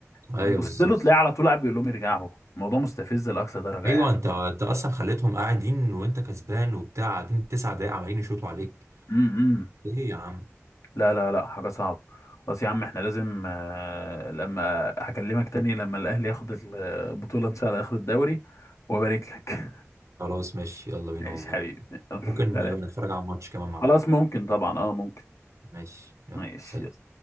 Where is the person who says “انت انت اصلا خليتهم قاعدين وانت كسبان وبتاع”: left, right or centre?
Right